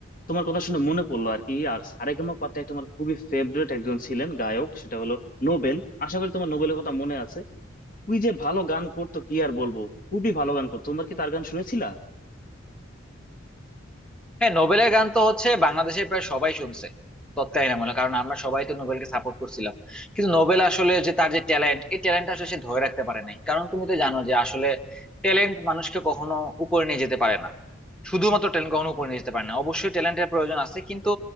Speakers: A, on the left; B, in the centre.
A: তোমার কথা শুনে মনে পড়লো আর কি আর সারেগামাপাতে একটা আমার খুবই ফেভারিট একজন ছিলেন গায়ক সেটা হলো নোবেল আশা করি তোমার নোবেলের কথা মনে আছে ওই যে ভালো গান করতো কি আর বলবো খুবই ভালো গান করতো তোমরা কি তার গান শুনেছিলা
B: হ্যাঁ নোবেলের গান তো হচ্ছে বাংলাদেশে প্রায় সবাই শুনছে তৎকালীন আমলে কারণ আমরা সবাই তো নোবেলকে সাপোর্ট করছিলাম কিন্তু নোবেল আসলে যে তার যে ট্যালেন্ট এই ট্যালেন্টটা আসলে সে ধরে রাখতে পারে নাই কারণ তুমি তো জানো যে আসলে ট্যালেন্ট মানুষকে কখনো উপরে নিয়ে যেতে পারে না শুধুমাত্র ট্যালেন্ট কখনো উপরে নিয়ে যেতে পারে না অবশ্যই ট্যালেন্টের প্রয়োজন আছে কিন্তু